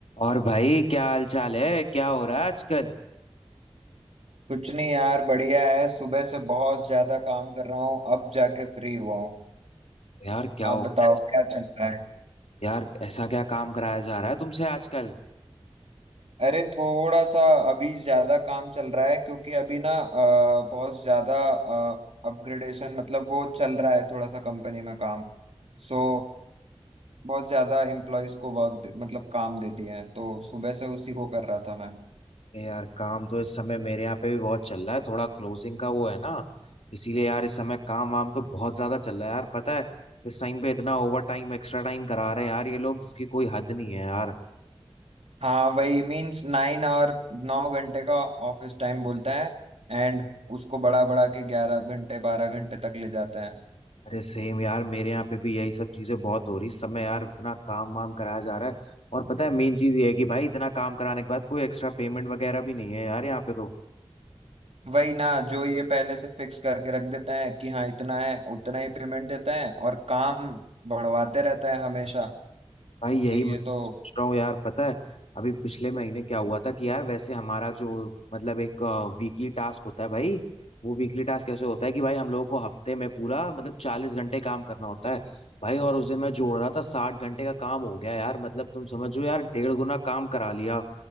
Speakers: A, on the left; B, on the right.
A: और भाई क्या हाल चाल है क्या हो रहा है आजकल
B: कुछ नहीं यार बढ़िया है सुबह से बहुत ज्यादा काम कर रहा हूँ अब जाके फ्री हुआ हूँ
A: यार क्या
B: आप
A: हो गया
B: बताओ क्या चल रहा है
A: यार ऐसा क्या काम कराया जा रहा है तुमसे आजकल
B: अरे थोड़ा सा अभी ज्यादा काम चल रहा है क्योंकि अभी ना अ, बहुत ज्यादा अपग्रेडेशन मतलब वो चल रहा है थोड़ा सा कंपनी में काम सो बहुत ज्यादा एम्प्लॉयज को वर्क मतलब काम दे दिए हैं तो सुबह से उसी को कर रहा था मैं
A: ए यार काम तो इस समय मेरे यहाँ पे भी बहुत चल रहा है थोड़ा क्लोजिंग का वो है ना इसीलिए यार इस समय काम वाम तो बहुत ज्यादा चल रहा है यार पता है इस टाइम पे इतना ओवर टाइम एक्स्ट्रा टाइम करा रहे हैं यार ये लोग जिसकी कोई हद नहीं है यार
B: हाँ वही मीन्स नाइन और नौ घंटे का ऑफिस टाइम बोलता है एंड उसको बढ़ा बढ़ा के ग्यारह घंटे बारह घंटे तक ले जाता है
A: अरे सेम यार मेरे यहाँ पे भी यही सब चीजें बहुत हो रही इस समय यार इतना काम वाम कराया जा रहा है और पता है मेन चीज ये है कि भाई इतना काम कराने के बाद कोई एक्स्ट्रा पेमेंट वगैरह भी नहीं है यार यहाँ पे तो
B: वही ना जो ये पहले से फिक्स करके रख देते हैं कि हाँ इतना है उतना ही पेमेंट देते हैं और काम बढ़वाते रहता है हमेशा
A: भाई यही
B: तो ये
A: मैं भी
B: तो
A: सोच रहा हूँ यार पता है अभी पिछले महीने क्या हुआ था कि यार वैसे हमारा जो मतलब एक वीकली टास्क होता है भाई वो वीकली टास्क कैसे होता है कि भाई हम लोगों को हफ्ते में पूरा मतलब चालीस घंटे काम करना होता है भाई और उस दिन मैं जोड़ रहा था साठ घंटे का काम हो गया यार मतलब तुम समझो यार डेढ़ गुना काम करा लिया